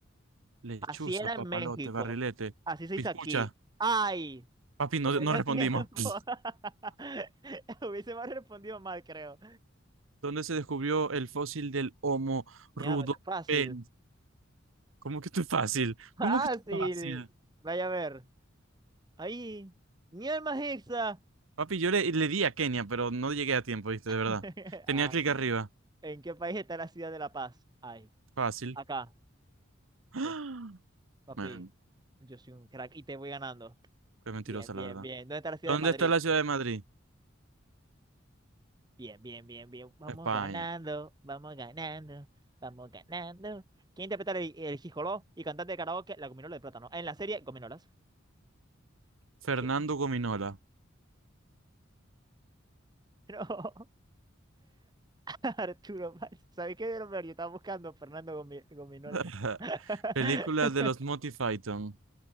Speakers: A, on the right; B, on the right.
A: Lechuza,
B: Así era en
A: papalote,
B: México.
A: barrilete.
B: Así se
A: Piscucha.
B: hizo aquí. ¡Ay!
A: Papi, no,
B: No me
A: no
B: dio
A: respondimos.
B: tiempo.
A: <laughs>
B: <laughs> Hubiese más respondido mal, creo.
A: ¿Dónde se descubrió el fósil del Homo
B: Mira,
A: rudolfensis?
B: no está fácil.
A: ¿Cómo que esto es fácil?
B: Fácil.
A: ¿Cómo que esto es fácil?
B: Vaya a ver. Ahí. Mi alma es hexa.
A: Papi, yo le, le di a Kenia, pero no llegué a tiempo, viste,
B: <laughs>
A: de verdad. Tenía
B: Ah,
A: clic arriba.
B: ¿En qué país está la ciudad de La Paz? Ay.
A: Fácil.
B: Acá.
A: <gasps> ¡Ah!
B: Sí, papi.
A: Man,
B: Yo soy un crack y te voy ganando.
A: qué mentirosa,
B: Bien, bien,
A: la verdad.
B: bien. ¿Dónde está la ciudad
A: ¿Dónde
B: de Madrid?
A: está la ciudad de Madrid?
B: Bien, bien, bien, bien. Vamos
A: España.
B: ganando, vamos ganando, vamos ganando. ¿Quién interpreta el, el Jijoló y cantante de karaoke La Gominola de Plátano? En la serie Gominolas.
A: Fernando
B: ¿Qué?
A: Gominola.
B: No, <laughs> Arturo Valls. ¿Sabes qué de lo peor? Yo estaba buscando Fernando Gomi- Gominola.
A: <laughs>
B: <laughs>
A: Película de los Monty Python.